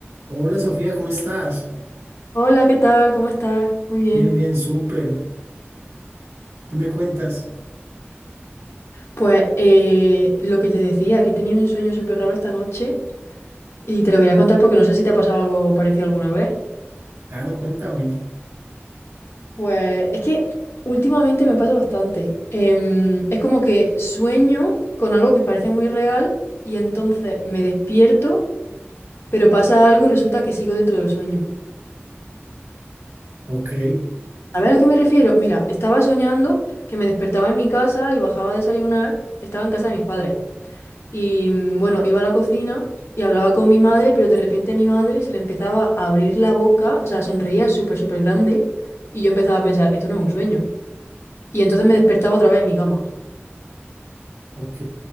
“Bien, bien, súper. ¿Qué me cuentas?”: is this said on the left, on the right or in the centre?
Right